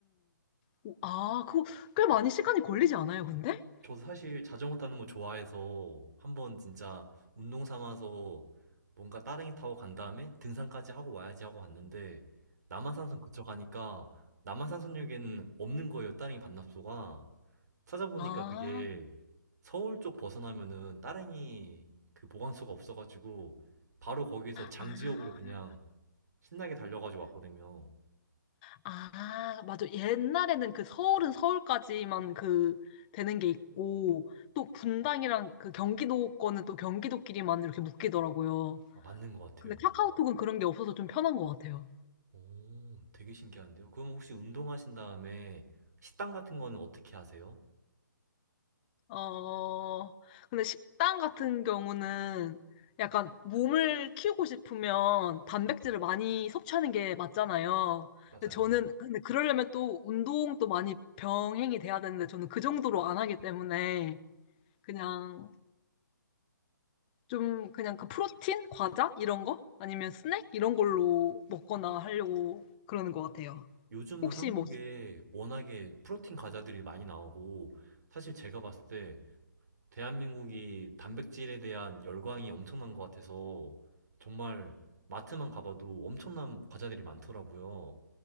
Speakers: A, on the left (about 25°); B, on the right (about 55°).
A: 오, 아, 그거 꽤 많이 시간이 걸리지 않아요, 근데?
B: 저도 사실 자전거 타는 거 좋아해서 한번 진짜 운동 삼아서 뭔가 따릉이 타고 간 다음에 등산까지 하고 와야지 하고 갔는데 남한산성 그쳐 가니까 남한산성역에는 없는 거예요, 따릉이 반납소가. 찾아보니까
A: 아,
B: 그게 서울 쪽 벗어나면은 따릉이 그 보관소가 없어가지고 바로 거기서 장지역으로
A: 아,
B: 그냥 신나게 달려가지고 왔거든요.
A: 아, 맞아. 옛날에는 그 서울은 서울까지만 그 되는 게 있고, 또 분당이랑 그 경기도 거는 또 경기도끼리만 이렇게 묶이더라고요.
B: 아, 맞는 것 같아요.
A: 근데 카카오톡은 그런 게 없어서 좀 편한 것 같아요.
B: 오, 되게 신기한데요. 그럼 혹시 운동하신 다음에 식단 같은 거는 어떻게 하세요?
A: 어, 근데 식단 같은 경우는 약간 몸을 키우고 싶으면 단백질을 많이 섭취하는 게 맞잖아요.
B: 맞아요.
A: 근데 저는, 근데 그러려면 또 운동도 많이 병행이 돼야 되는데 저는 그 정도로 안 하기 때문에 그냥 좀 그냥 그 프로틴? 과자? 이런 거? 아니면 스낵? 이런 걸로 먹거나 하려고 그러는 것 같아요.
B: 요즘은
A: 혹시
B: 한국에
A: 뭐
B: 워낙에 프로틴 과자들이 많이 나오고 사실 제가 봤을 때 대한민국이 단백질에 대한 열광이 엄청난 것 같아서 정말 마트만 가봐도 엄청난 과자들이 많더라고요.